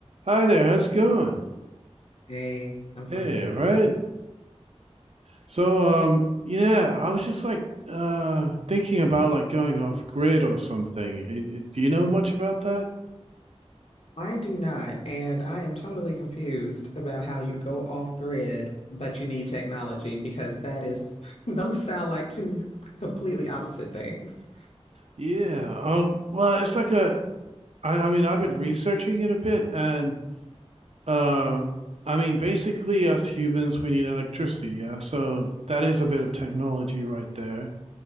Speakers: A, on the right; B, on the left.
A: Hi there, how's it going?
B: Hey, I'm
A: Hey,
B: fine.
A: all right. So, um, yeah, I was just like uh thinking about like going off grid or something. I- I- Do you know much about that?
B: I do not, and I am totally confused about how you go off grid, but you need technology because that is, <laughs> those sound like two completely opposite things.
A: Yeah. Um, well, it's like a I, I mean, I've been researching it a bit and um I mean, basically us humans we need electricity, yeah. So that is a bit of technology right there.